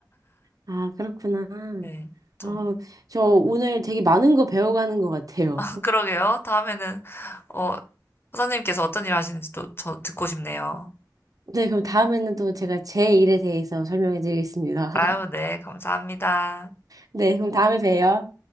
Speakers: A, on the right; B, on the left.
A: 아, 그렇구나.
B: 네. 좀
A: 어, 저 오늘 되게 많은 거 배워가는 것 같아요.
B: <laughs> 그러게요. 다음에는 어, 선생님께서 어떤 일 하시는지도 저 듣고 싶네요.
A: 네, 그럼 다음에는 또 제가 제 일에 대해서 설명해 드리겠습니다.
B: 아유,
A: <laughs>
B: 네. 감사합니다.
A: 네, 그럼 다음에 봬요.